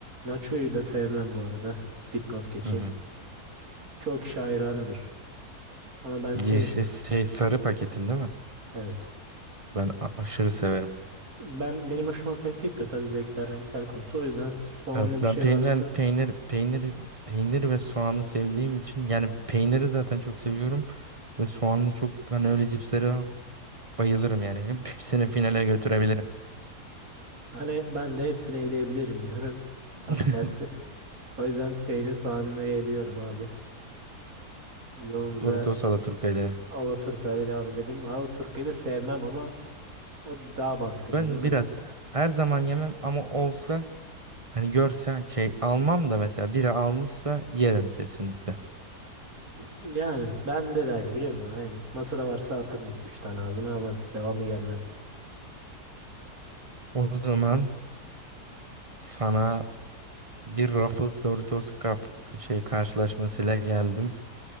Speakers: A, on the right; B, on the right.
A: Nacho'yu da sevmem bu arada. Dipnot geçeyim.
B: Hı hı.
A: Çok kişi hayranıdır. Ama ben
B: Yeşil
A: sevmiyorum.
B: şey şey, sarı paketin değil mi?
A: Evet.
B: Ben a- aşırı severim.
A: Ben benim hoşuma pek gitmiyor tabii zevkler renkler konusu. O yüzden soğanlı
B: Evet
A: bir
B: ben
A: şey
B: peynir
A: varsa
B: ben peynir peynir peynir ve soğanı sevdiğim için yani peyniri zaten çok seviyorum ve soğanlı çok ben öyle cipslere bayılırım yani. Hepsini finale götürebilirim.
A: hani ben de hepsini eleyebilirim diyorum.
B: <laughs>
A: Tam tersi. <laughs> O yüzden peynir soğanlı eliyorum abi. Yolumuza
B: Doritos Alaturka ile.
A: Alaturka ile devam edelim. Alaturka'yı da sevmem ama o daha baskın anladın
B: Ben biraz
A: mı?
B: her zaman yemem ama olsa hani görsen şey almam da mesela biri almışsa yerim kesinlikle.
A: Yani bende de aynı biliyor musun? Aynı. Masada varsa atarım iki üç tane ağzıma ama devamı gelmedi.
B: O zaman sana bir Ruffles Doritos Cup şey karşılaşmasıyla geldim.